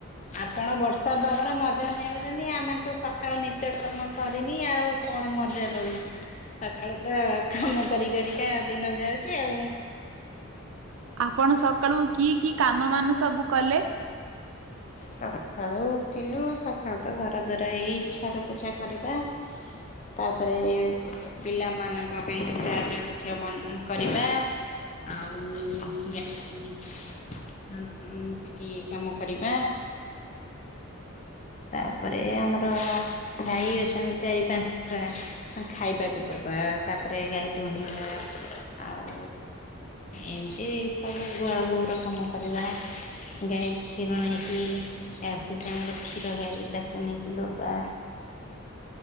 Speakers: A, on the left; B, on the right.
A: ଆପଣ ବର୍ଷା ପାଗର ମଜା ନେଉଚନ୍ତି ଆମେ ତ ସଖାଳ ନିତ୍ୟକର୍ମ ସରିନି ଆଉ। କଣ ମଜା ନବୁ ସଖାଳୁ ତ କାମ କରି କରିକା ଦିନ ଯାଉଛି ଆଉ।
B: ଆପଣ ସକାଳୁ କି କି କାମ ମାନ ସବୁ କଲେ?
A: ସଖାଳୁ ଉଠିଲୁ ସଖାଳୁ ତ ଘର ଦ୍ୱାର ଏଇ ଝାଡୁ ପୋଛା କରିବା ତାପରେ ପିଲାମାନଙ୍କ ପାଇଁ ଚା ଜଳଖିଆ ବନା କରିବା ଆଉ ଗାଈ ଗୋରୁ ଉଁ ଟିକେ କାମ କରିବା ତାପରେ ଆମର ଗାଈ ଅଛନ୍ତି ଚାରି ପାଞ୍ଚ୍ ଟା ଖାଇବାକୁ ଦବା ତାପରେ ଗାଈ ଦୁହିଁବା ଆଉ ଏମିତି ସବୁ ଗୁଆଳ ଗୋବର କାମ କରିବା ଗାଈ କ୍ଷୀର ନେଇକି ଆସୁଚି ଆମର କ୍ଷୀର ଗାଡ଼ି ତାକୁ ନେଇକି ଦବା।